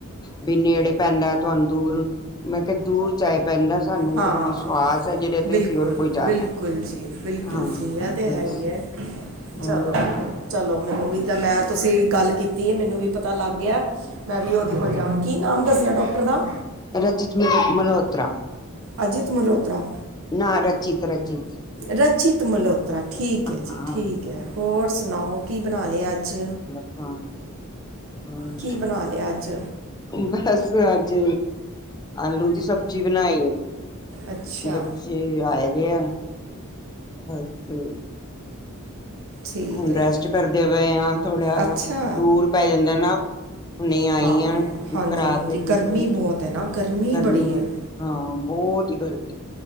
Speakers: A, on the left; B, on the right.
A: ਵੀ ਨੇੜੇ ਪੈਂਦਾ ਤੁੰਹਾਨੂ ਦੂਰ ਮੈਂ ਕਿਹਾ ਦੂਰ ਚਾਏ ਪੈਂਦਾ ਸਾਨੂੰ
B: ਹਾਂ
A: ਵਿਸ਼ਵਾਸ ਹੈ ਜਿਹਦੇ ਤੇ
B: ਬਿਲਕੁਲ
A: ਅਸੀਂ ਹੋਰ ਕੋਈ ਜਾਣਾ
B: -ਬਿਲਕੁਲ ਜੀ ਬਿਲਕੁਲ
A: ਹਾਂ
B: ਜੀ ਇਹ ਤਾਂ
A: ਬਸ
B: ਹੈ ਹੀ ਹੈ
A: ਹੋਰ
B: ਚਲੋ ਚਲੋ ਮੈਨੂੰ ਵੀਦਾਂ ਮੈਂ ਤੁਸੀਂ ਗੱਲ ਕੀਤੀ ਹੈ ਮੈਨੂੰ ਵੀ ਪਤਾ ਲੱਗ ਗਿਆ। ਮੈਂ ਵੀ ਉਹਦੇ ਕੋਲ ਜਾਵਾਂਗੀ ਕਿ ਨਾਮ ਦੱਸਿਆ ਡੋਕਟਰ ਦਾ
A: ਰਚਿਤ ਮਲਹੋਤਰਾ
B: ਅਜੀਤ ਮਲਹੋਤਰਾ
A: ਨਾ ਰਚਿਤ- ਰਚਿਤ
B: ਰਚਿਤ ਮਲਹੋਤਰਾ ਠੀਕ
A: ਹਾਂ
B: ਹੈ ਜੀ ਠੀਕ ਹੈ ਹੋਰ ਸੁਣਾਓ ਕੀ ਬਣਾ ਲਿਆ ਅੱਜ
A: ਹਾਂਛ
B: ਕੀ ਬਣਾ ਲਿਆ ਅੱਜ
A: ਬਸ ਅੱਜ, ਆਲੂ ਦੀ ਸਬਜ਼ੀ ਬਣਾਈ।
B: ਅੱਛਾ
A: ਬੱਚੇ ਆਏ ਦੇ ਆ ਬਸ।
B: ਠੀਕ
A: ਹੁਣ
B: ਹੈ
A: ਰੈਸਟ ਕਰਦੇ ਪਏ ਆ ਥੋੜ੍ਹਾ
B: ਅੱਛਾ
A: ਦੂਰ ਪੈ ਜਾਂਦਾ ਨਾ। ਹੁਣੇ ਹੀ ਆਈਆਂ
B: ਹਾਂ ਹਾਂਜੀ
A: ਕਰਾ
B: ਹਾਂਜੀ
A: ਤੇ ਟਰੀਟਮੈਂਟ
B: ਗਰਮੀ ਬਹੁਤ ਹੈ ਨਾ
A: ਗਰਮੀ
B: ਬੜੀ ਹੈ
A: ਹਾਂ ਬਹੁਤ ਹੀ ਗਰਮੀ